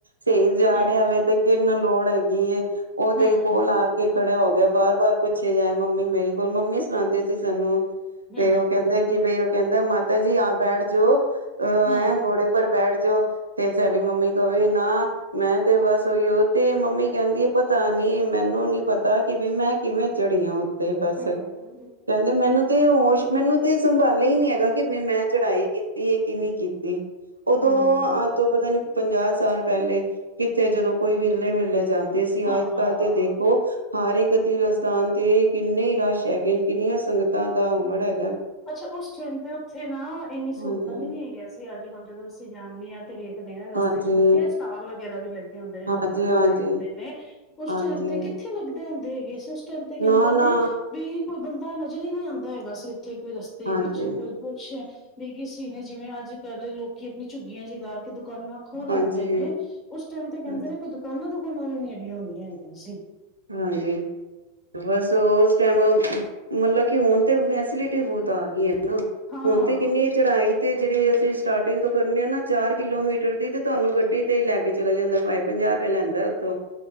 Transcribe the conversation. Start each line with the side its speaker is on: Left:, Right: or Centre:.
Right: ਸਰ ਜਾ
Left: ਹੂੰ
Right: ਰਿਹਾ ਵਵੇ ਤੇ ਕਿੰਨ ਲੋੜ ਹੈਗੀ ਉਹ ਤੇ
Left: ਹੂੰ
Right: ਕੋਲ ਆ ਕੇ ਖੜੇ ਹੋ ਗਿਆ ਬਾਰ ਬਾਰ ਪੁ ਪਿੱਛੇ ਜਾਏ ਮੰਮੀ ਮੇਰੇ ਕੋਲ ਮੰਮੀ ਸੁਣਾਉਂਦੇ ਸੀ ਸਾਨੂੰ।
Left: ਹੂੰ,
Right: ਤੇ ਉਹ ਕਹਿੰਦੇ ਕਿ ਬਈ ਉਹ ਕਹਿੰਦਾ ਮਾਤਾ ਜੀ ਆਪ ਬੈਠ ਜਾਓ। ਆ
Left: ਹੂੰ,
Right: ਘੋੜੇ ਪਰ ਬੈਠ ਤੇ ਸਾਡੀ ਮੰਮੀ ਕਵੇ ਨਾ ਮੈਂ ਤੇ ਬਸ ਉਹੀਓ ਤੇ ਮੰਮੀ ਕਹਿੰਦੀ ਪਤਾ ਨੀ ਮੈਨੂੰ ਨੀ ਪਤਾ ਕਿ ਵੀ ਮੈਂ ਕਿਵੇਂ? ਚੜੀਆਂ ਤੇ ਬਸ
Left: ਹੂੰ,
Right: ਕਹਿੰਦੇ ਮੈਨੂੰ ਤੇ ਉਹ ਮੈਨੂੰ ਤੇ ਸੰਭਾਲਿਆ ਹੀ ਨਹੀਂ ਹੈਗਾ ਕਿ ਮੈਂ ਚੜ੍ਹਾਈ ਕੀਤੀ ਹੈ ਕਿ ਨਹੀਂ ਕੀਤੀ। ਉਦੋਂ
Left: ਹੂੰ,
Right: ਤੋਂ ਪਤਾ ਨੀ? ਪੰਜਾਹ ਸਾਲ ਪਹਿਲੇ ਕਿੱਥੇ ਜਦੋਂ ਕੋਈ ਵਿਰਲੇ- ਵਿਰਲੇ ਜਾਂਦਾ। ਸੀ ਅੱਜ
Left: ਹਾਂ।
Right: ਕੱਲ ਤੇ ਦੇਖੋ! ਹਰ ਇੱਕ ਤੀਰ ਸਥਾਨ ਤੇ ਕਿੰਨੇ ਹੀ ਰਸ਼ ਹੈਗੇ ਕਿੰਨੀਆਂ ਸੰਗਤਾਂ ਦਾ <unintelligible>
Left: ਅੱਛਾ ਉਸ ਟੇ੍ਨ ਤੇ ਉੱਥੇ ਨਾ ਇੰਨੀ
Right: ਹਾਂਜੀ
Left: ਸਹੂਲਤਾਂ ਵੀ ਨੀ ਹੈਗੀਆਂ ਸੀ। ਅੱਜ ਕੱਲ ਜਦੋਂ ਅਸੀਂ ਜਾਣੇ ਹਾਂ ਤੇ ਵੇਖ, ਦੇ ਰਸਤੇ
Right: ਹਾਂਜੀ
Left: ਚ ਬਥੇਰੇ ਸਟਾਲ। ਵਗੈਰਾ ਵੀ ਲੱਗ ਹੁੰਦੇ ਨੇ ਲੋਕਾਂ
Right: ਹਾਂਜੀ
Left: ਦੇ ਲਾਏ
Right: ਹਾਂਜੀ
Left: ਹੁੰਦੇ ਨੇ ਉਸ
Right: ਹਾਂਜੀ
Left: ਟਾਈਮ ਤੇ ਕਿੱਥੇ ਲੱਗਦੇ ਹੁੰਦੇ। ਹੈਗੇ ਸੀ ਉਸ ਟਾਈਮ ਤੇ ਕਹਿੰਦੇ
Right: ਨਾ ਨਾ
Left: ਨੇ ਵੀ ਕੋਈ ਬੰਦਾ ਨਜ਼ਰ ਨੀ ਆਂਦਾ ਹੈਗਾ ਸੀ ਉੱਥੇ ਕੋਈ ਰਸਤੇ
Right: ਹਾਂਜੀ
Left: ਵਿੱਚ ਕੋਈ ਕੁੱਛ <unintelligible> ਜਿਵੇਂ ਜਿਵੇਂ ਅੱਜ ਕੱਲ੍ਹ ਲੋਕੀ ਆਪਣੀ ਝੁੱਗੀਆਂ ਜੀ ਲਾ ਕੇ ਦੁਕਾਨਾਂ ਖੋਲ
Right: ਹਾਂਜੀ
Left: ਲੈਂਦੇ ਨੇ। ਉਸ ਟਾਈਮ ਤੇ ਕਹਿੰਦੇ
Right: ਹਾਂਜੀ
Left: ਨੇ ਕੋਈ ਦੁਕਾਨਾਂ ਦ <unintelligible> ਹੁੰਦੀਆਂ ਹੈਗੀਆਂ ਸੀ।
Right: ਹਾਂਜੀ ਬਸ ਉਸ ਟਾਈਮ ਮਤਲਬ ਕਿ ਹੁਣ! ਫੈਸਿਲਿਟੀ ਬਹੁਤ ਆ ਗਈ ਏ ਨਾ
Left: ਹਾਂ।
Right: ਹੁਣ ਤੇ ਕਿੰਨੀ ਚੜਾਈ! ਤੇ ਜਿਹੜੀ ਅਸੀਂ ਸਟਾਰਟਿੰਗ ਤੋਂ ਕਰਨੀ ਆ ਨਾ ਚਾਰ ਕਿਲੋਮੀਟਰ ਦੀ ਤੇ ਤੁਹਾਨੂੰ ਗੱਡੀ ਤੇ ਹੀ ਲੈ ਕੇ ਚਲਾ ਜਾਂਦਾ ਭਾਵੇ ਪੰਜਾਹ ਰੁਪਆ ਲੈਂਦਾ ਉੱਥੋਂ।